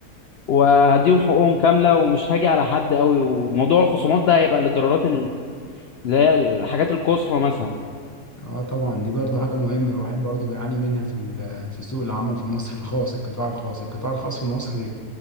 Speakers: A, on the left; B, on the left.
A: وهديهم حقوقهم كاملة ومش هاجي على حد قوي وموضوع الخصومات ده هيبقى للضرورات ال- اللي هي الحاجات القصوى مثلا
B: اه طبعا دي برضو حاجة مهمة الواحد برضو بيعاني منها في ال- في سوق العمل في مصر الخاص القطاع الخاص القطاع الخاص في مصر